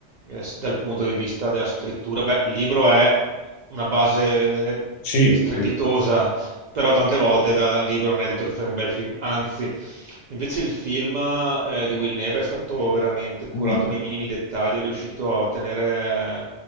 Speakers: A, on the right (about 65°); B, on the left (about 80°).
A: eh, s- dal punto di vista della scrittura. Beh, il libro è una base
B: sì,
A: strepitosa
B: sì.
A: però tante volte da, da un libro non è detto che fai un bel film, anzi, invece il film eh, di Will Neve è stato veramente curato
B: sì.
A: nei minimi dettagli, è riuscito a tenere,